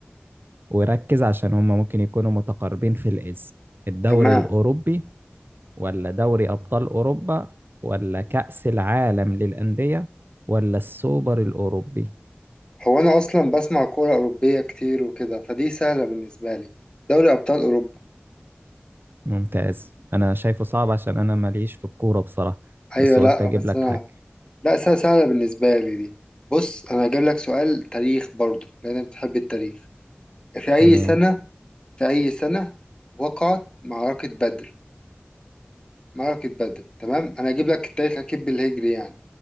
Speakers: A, on the right (about 60°); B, on the left (about 25°).
A: وركز عشان هما ممكن يكونوا متقاربين في الاسم الدوري
B: تمام
A: الأوروبي ولا دوري أبطال أوروبا ولا كأس العالم للأندية ولا السوبر الأوروبي
B: هو أنا أصلا بسمع كورة أوروبية كتير وكده فدي سهلة بالنسبة لي دوري أبطال أوروبا
A: ممتاز انا شايفه صعب عشان انا ماليش في الكورة بصراحة
B: أيوة
A: بس
B: لأ
A: قلت اجيب
B: بس
A: لك
B: أنا
A: حاجة
B: لأ سهلة سهلة بالنسبة لي دي بص أنا هجيب لك سؤال تاريخ برضو لأنك بتحب التاريخ في أي
A: تمام
B: سنة في أي سنة وقعت معركة بدر معركة بدر تمام أنا هجيب لك التاريخ أكيد بالهجري يعني